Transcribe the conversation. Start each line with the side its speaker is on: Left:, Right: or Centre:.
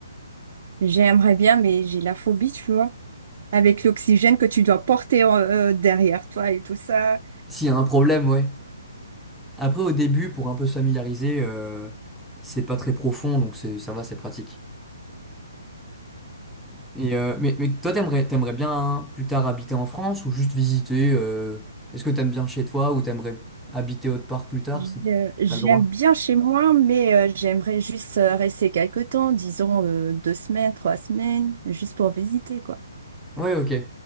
Right: J'aimerais bien, mais j'ai la phobie, tu vois. Avec l'oxygène que tu dois porter euh, derrière toi et tout ça.
Centre: S'il y a un problème, ouais. Après, au début, pour un peu se familiariser, euh, c'est pas très profond, donc c'est- ça va, c'est pratique. Et, euh, mais, mais toi, t'aimerais, t'aimerais bien plus tard habiter en France ou juste visiter euh, est-ce que t'aimes bien chez toi ou t'aimerais habiter autre part plus tard
Right: Je-
Centre: si
Right: J'aime
Centre: t'as le droit?
Right: bien chez moi, mais euh, j'aimerais juste euh, rester quelque temps, disons euh, deux semaines, trois semaines, juste pour visiter, quoi,
Centre: Ouais, ok.